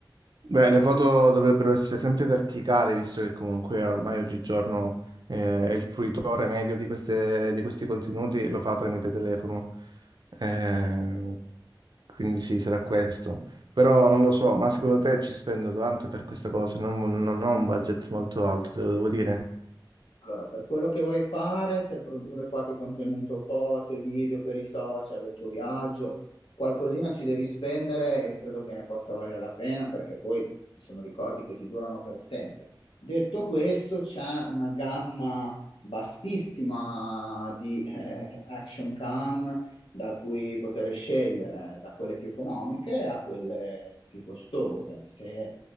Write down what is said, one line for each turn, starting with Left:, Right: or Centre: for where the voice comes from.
Right: Beh, le foto dovrebbero essere sempre verticali, visto che comunque ormai oggigiorno eh, il fruitore medio di queste- di questi contenuti lo fa tramite telefono. Eh, quindi sì, sarà questo. Però non lo so, ma secondo te ci spendo tanto per questa cosa? Non, non ho un budget molto alto, te lo devo dire.
Left: Allora, per quello che vuoi fare, se produrre qualche contenuto foto e video per i social del tuo viaggio, qualcosina ci devi spendere e credo che ne possa valere la pena perché poi sono ricordi che ti durano per sempre. Detto questo, c'è una gamma vastissima di eh, action cam da cui poter scegliere, da quelle più economiche a quelle più costose. Se